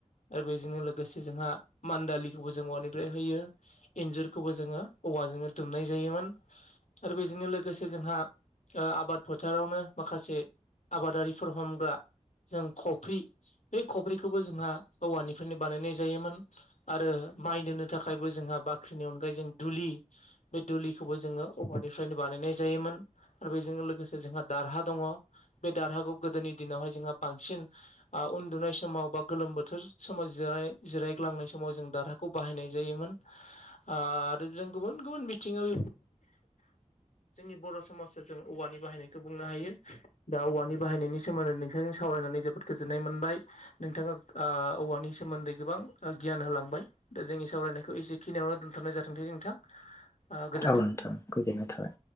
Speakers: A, on the left; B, on the left.
A: आरो बेजोंनो लोगोसे जोंहा मान्दालिखौबो जों औवानिफ्राय होयो। इन्जुरखौबो जोङो औवाजोंनो दुमनाय जायोमोन। आरो बेजोंनो लोगोसे जोंहा आ आबाद फोथारावनो माखासे आबादारिफोर हमग्रा जों खफ्रि बे खफ्रिखोबो जोंहा औवानिफ्रायनो बानायनाय जायोमोन। आरो माइ दोननो थाखायबो जोंहा बाख्रिनि अनगायै जों दुलि बे दुलिखौबो जोङो औवानिफ्रायनो बानायनाय जायोमोन। आरो बेजों लोगोसे जोंहा दारहा दङ। बे दारहाखौ गोदोनि दिनावहाय जोंहा बांसिन आ उन्दुनाय समाव बा गोलोम बोथोर समाव जिराय जिरायग्लांनाय समाव जों दारहा खौ बाहायनाय जायोमोन। आट आरो जों गुबुन गुबुन बिथिङाव जोंनि बर' समाजा जों औवानि बाहायनायखौ बुंनो हायो। दा औवानि बाहायनायनि सोमोन्दै नोंथां जों सावरायनानै जोबोद गोजोननाय मोनबाय। नोंथाङा आ औवानि सोमोन्दै गोबां ओ गियान होलांबाय। दा जोंनि सावरायनायखौ एसे खिनियावनो दोनथ'नाय जाथों <unintelligible> नोंथां गोजोन्थों।
B: औ नोंथां गोजोननाय थाबाय।